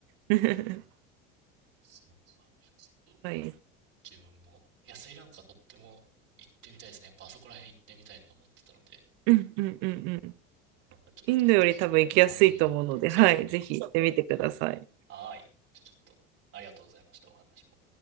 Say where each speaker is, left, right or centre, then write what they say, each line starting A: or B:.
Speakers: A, on the right; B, on the right.
A: う。<laughs>
B: そうか。ちょっと、
A: はい。
B: 自分も。いや、スリランカとっても行ってみたいですね。やっぱあそこら辺行ってみたいと思ってたので、
A: うんうんうんうん。
B: またちょっと、
A: インドより多分行きやすいと思うので、
B: ぜひ。うん。そうですよね。
A: はい、ぜひ行ってみてください。
B: はーい。じゃあちょっと、ありがとうございました。お話も。